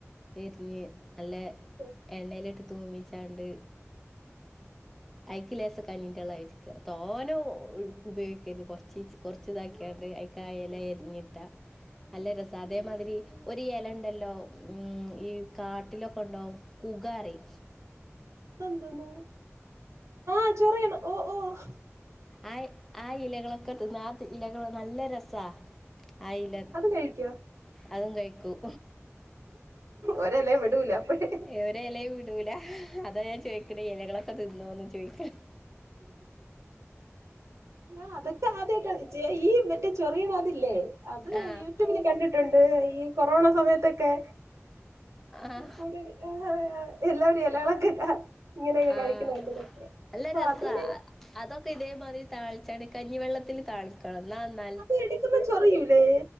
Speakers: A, in the centre; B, on the right.
A: എരിഞ്ഞ് നല്ല
B: ഓ
A: എണ്ണയിലട്ട് തൂമിച്ചാണ്ട് ഐക്ക ലേസ കഞ്ഞിന്റെള്ള <unintelligible> തോനോ ഉപയോഗിക്കരുത് കുറച്ച് കുറച്ച് ഇതാക്കിയാണ്ട് ക്കായല എരിഞ്ഞിട്ട അല്ല രസം അതേമാതിരി ഒരു എലണ്ടല്ലോ ഉം ഈ കാട്ടിലൊക്കെ ഉണ്ടാവും കുകാറിം
B: എന്തോന്ന് ആഹ് ചെറിയണം ഓഹ് ഓഹ്
A: ആ ആ ഇലകളൊക്കെ തിന്ന ആ ഇലകൾ നല്ല രസ ആ ഇല
B: അത് കഴിക്കോ
A: അതും കഴിക്കും
B: ഒരെലേം വിടൂലാ അപ്പഴേ
A: ഒരു എലയും വിടൂല അതാണ് ഞാൻ ചോയ്ക്കുന്നത് ഇലകളൊക്കെ തിന്നോ ചോയ്ക്കു <inaudible>
B: ആ അതൊക്കെ ആദ്യയിട്ടാണ് ഈ മറ്റേ ചെറിയണം അതില്ലേ അത്
A: ആ
B: യ കണ്ടിട്ടുണ്ട് ഈ കൊറോണ സമയത്തൊക്കെ
A: ആ
B: കൂടുൽ ആ എല്ലാവരും ഇലയാകളൊക്കെ ഇങ്ങനെയൊക്കെ
A: ആഹ്
B: കഴിക്കണണ്ടതൊക്കെ
A: നല്ല
B: അപ്പൊ
A: രസാ
B: അതിണ്ട്
A: അതൊക്കെ ഇതേമാതിരി താളിച്ചാണ്ട്കഞ്ഞിവെള്ളത്തിന് താള ക്കണം ഇന്ന
B: അത് എടക്കുമ്പോ ചൊറിയൂ ലേ